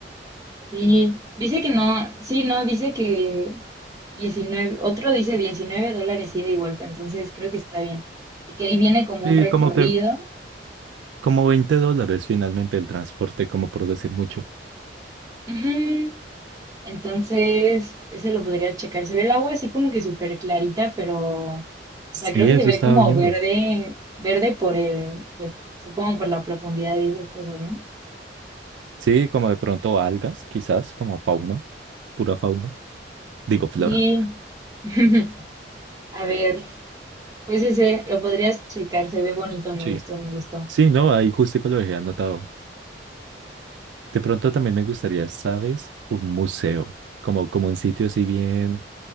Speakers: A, on the right; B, on the right.
A: sí, dice que no, sí, no, dice que 19, otro dice 19 dólares ida y vuelta, entonces creo que está bien. Y que ahí viene como
B: Sí,
A: un recorrido.
B: como que, como 20 dólares finalmente el transporte, como por decir mucho.
A: Ujú. Entonces, ese lo podría checar. Se ve el agua así como que súper clarita, pero, o
B: Sí,
A: sea, creo que
B: eso
A: se ve
B: estaba
A: como
B: viendo.
A: verde, verde por el, pues supongo por la profundidad y esas cosas, ¿no?
B: Sí, como de pronto algas, quizás, como fauna, pura fauna. Digo, flora.
A: Sí. <laughs> A ver, pues ese lo podrías checar, se ve bonito, me
B: Sí.
A: gustó, me gustó.
B: Sí, no, ahí justico lo dejé anotado. De pronto también me gustaría, ¿sabes? Un museo, como, como un sitio así bien,